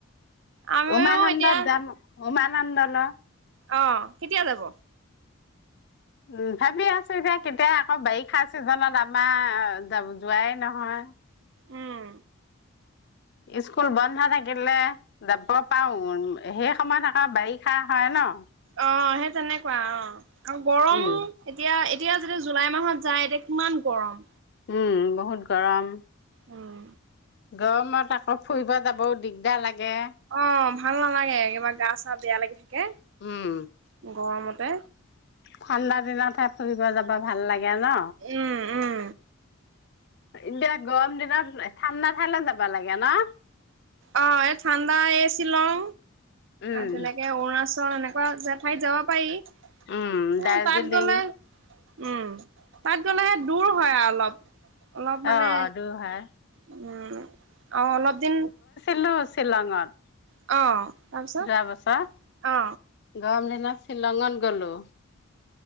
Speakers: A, on the right (about 60°); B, on the left (about 50°).
A: আমিও
B: উমনন্দ
A: এতিয়া
B: যাম ম উমানন্দ ন
A: আহ কেতিয়া যাব
B: উম ভাবি আছো এতিয়া কেতিয়া আকৌ বাৰিষা চিজনত আমাৰ যোৱাই নহয়
A: উম
B: স্কুল বন্ধ থাকিলে যাব পাৰো সেই সময়ত আকৌ বাৰিষা হয় ন
A: অ সেই তেনেকুৱা অ আৰু গৰমো
B: উম
A: এতিয়া এতিয়া যতিয়া জুলাই মাহত যায় এতিয়া কিমান গৰম
B: উম বহুত গৰম
A: উম
B: গৰমত আকৌ ফুৰিব যাব দিগদাৰ লাগে যে
A: অ ভাল নালাগে কিবা গা চা বেয়া লাগি থাকে
B: উম
A: তে গৰমতে
B: ঠাণ্ডা দিনতহে ফুৰিব যাব ভাল লাগে গে ন
A: উম উম
B: এতিয়া গৰম দিনত ঠাণ্ডা ঠাইলৈ যাবা লাগে ন
A: অ এই ঠাণ্ডা এই শ্বিলং
B: উম,
A: তেনেকে অৰুণাচল চ ন জেঠাইত যাব পাৰি
B: উম,
A: হ
B: দাৰ্জিলিং
A: তাত গলে উম তাত গলেহে দূৰ হয় আৰু অলপ অলপ মানে
B: আহ দুৰ হয়
A: উম আৰু অলপ দিন
B: শ্বিলংত
A: অ তাৰপিছত
B: যাবছ
A: অ
B: গমলে শ্বিলঙত গলো